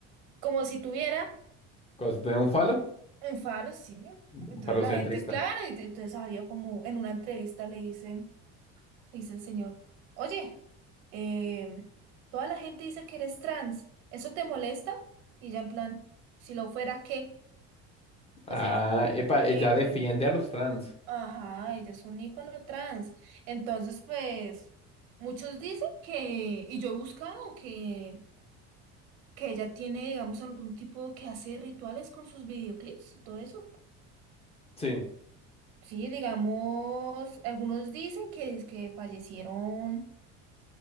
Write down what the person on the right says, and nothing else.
como si tuviera
un falo, sí. Entonces
la gente, claro, y entonces había como en una entrevista le dicen, dice el señor, oye, em, toda la gente dice que eres trans, ¿eso te molesta? Y ella en plan, si lo fuera, ¿qué?
O sea,
eh,
que-
ajá, ella es un ícono trans. Entonces, pues, muchos dicen que, y yo he buscado que, que ella tiene, digamos, algún tipo que hace rituales con sus videoclips y todo eso.
Sí, digamos, algunos dicen que, que fallecieron